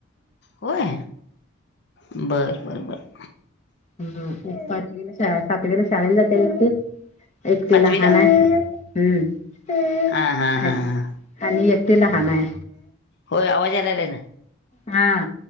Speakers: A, on the left; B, on the left.
A: होय बर बर बर.
B: हम्म एक पाचवीला शाळा सातवीला शाळेला जाते की. एक ती
A: पाचवीला
B: लहान आहे हम्म
A: हा हा हा हा
B: आणि एक ते लहान आहे
A: होय आवाज यायलाय ना
B: हा.